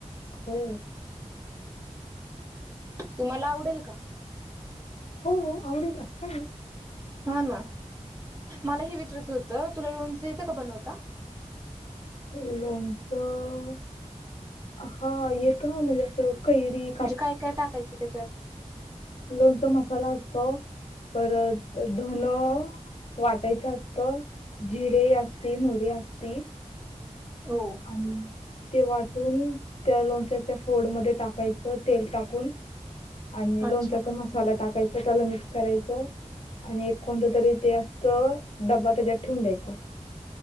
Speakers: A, on the left; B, on the right.
A: हो
B: तुम्हाला आवडेल का?
A: हो आवडेल ना, अस काय ये?
B: हा ना, मला हे विचारायचं होतं तुला लोणच येतं का बनवता?
A: लोणच, हा येतं म्हणजे असं कैरी
B: म्हणजे काय काय टाकायचं त्याच्यात?
A: लोणच मसाला असतो. परत धन वाटायच असत, जिरे असते, मोहरी असती.
B: हो
A: आणि. ते वाटून, त्या लोणच्याच्या फोडमध्ये टाकायचं तेल टाकून आणि
B: अच्छा
A: लोणच्याचा मसाला टाकायचा त्याला मिक्स करायचं आणि एक कोणतं तरी ते असतं डब्बा, त्याच्यात ठेवून द्यायचं.